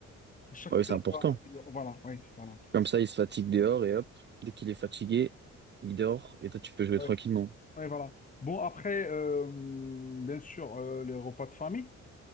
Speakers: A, on the left (about 25°); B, on the right (about 35°).
A: À chaque
B: Bah oui,
A: fois,
B: c'est
A: il
B: important.
A: doit, il doit- voilà, oui, voilà.
B: Comme ça, il se fatigue dehors et hop, dès qu'il est fatigué, il dort et toi, tu peux jouer
A: Ouais.
B: tranquillement.
A: Ouais, voilà. Bon, après, euh, bien sûr, euh, les repas de famille,